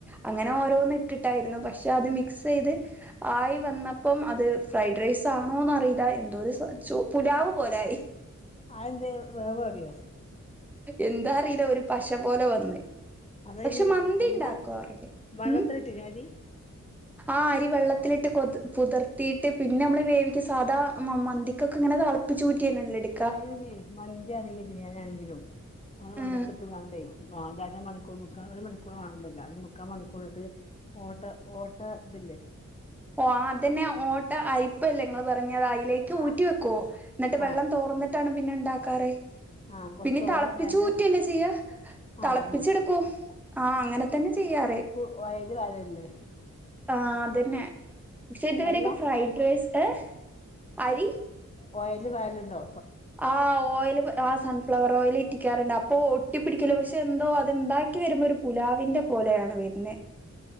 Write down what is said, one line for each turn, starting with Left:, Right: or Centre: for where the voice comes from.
Centre: അങ്ങനെ ഓരോന്നിട്ടിട്ടായിരുന്നു പക്ഷെ അത് മിക്സൈത്. ആയി വന്നപ്പം അത് ഫ്രൈഡ് റൈസ് ആണോന്നറീല്ല എന്തോരു ച്ചോ പുലാവ് പോലായി
Left: അ എന്തെ വേവേറിയോ
Centre: എന്താറീല ഒരു പശ പോല വന്ന്
Left: അതയ്ന്
Centre: പക്ഷെ മന്തി
Left: അല്ല
Centre: ണ്ടാക്കാറിയ
Left: വള്ളത്തിലിട്ടിനോ
Centre: ഉം
Left: അരി
Centre: ആഹ് അരി വെള്ളത്തിലിട്ട് കൊത് കുതർത്തീട്ട് പിന്നമ്മള് വേവിക്ക സാധാ മ മന്തി കൊക്കെങ്ങനെ തളപ്പിചൂറ്റി യെന്നെല്ല എട്
Left: അയ്നി നി മന്തിയാണെങ്കിലും ബിരിയാണിയാണെങ്കിലുംനമ്മള് വള്ളത്ത്ട്ട്ങ്ങാണ്ടെയ്
Centre: ആ
Left: വാണ്ട അരമണിക്കൂർ മുക്കാ ഒരു മണിക്കൂറ് മാണന്നില്ലാ ഒര് മുക്കാ മണിക്കൂറിട്ട് ഓട്ട ഓട്ട തില്ലേ
Centre: ഓഹ് ആതെന്നെ ഓട്ട അയിപ്പല്ലെ ഇങ്ങൾ പറഞ്ഞെതായി ലേക്ക് ഊറ്റി
Left: ആഹ്
Centre: വെക്കൊ ന്ന്ട്ട് വെള്ളം
Left: ആഹ്
Centre: തോർന്ന്ട്ടാണ് പിന്നെ ണ്ടാക്കാറ്
Left: ആഹ് കൊറച്ച്
Centre: പിന്നെ
Left: തോനെ
Centre: തളപ്പിച്ചൂറ്റെല്ലേ
Left: നേരം
Centre: ച്ച്യ്യാ തളപ്പിച്ച്
Left: ആഹ് അയന്നെ
Centre: ട്ക്കും ആഹ് അങ്ങനെ തന്നെ ചെയ്യാർ
Left: ഒയൽ പാരല്ലേ
Centre: ആഹ് അതെന്നെ ക്ഷെ ഇതുവരൊക്കേ
Left: അല്ല
Centre: ഫ്രൈഡ് റൈസ് ഏ അരി
Left: ഒയൽല് പാരല്ഇണ്ടോ
Centre: ആഹ് ഓയല് പ ആഹ് സൺഫ്ലവറോയിൽ ഇറ്റിക്കാർണ്ട് അപ്പോ ഒട്ടിപിടിക്കില്ല പക്ഷെ എന്തോ അത് ഇണ്ടാക്കി വരുമ്പോഒര് പുലാവിൻ്റെ പോലെയാണ് വര്ന്നെ